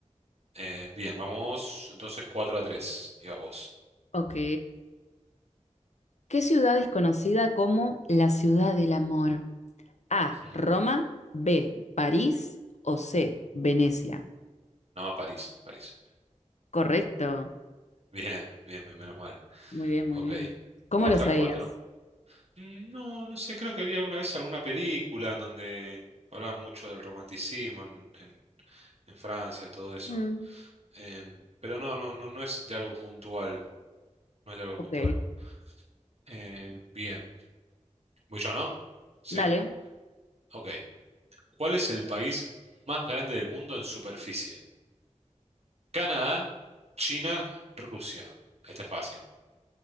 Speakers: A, on the right; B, on the left.
A: Eh, bien, vamos entonces 4 a 3. Ibas vos.
B: Ok. ¿Qué ciudad es conocida como la ciudad del amor? A,
A: Ujú.
B: Roma, B, París o C, Venecia.
A: No, París, París.
B: Correcto.
A: Bien, bien, bien, menos mal.
B: Muy bien, muy
A: Ok.
B: bien. ¿Cómo
A: cuatro
B: lo sabías?
A: a cuatro No, no sé, creo que vi alguna vez alguna película en donde hablaban mucho del romanticismo en, en- en Francia, todo eso.
B: mm,
A: Em, pero no, no, no, no es de algo puntual. No es de algo
B: Ok.
A: puntual. Em, bien. ¿Voy yo, no? Sí,
B: Dale.
A: ok. ¿Cuál es el país más grande del mundo en superficie? Canadá, China, Rusia. este es fácil.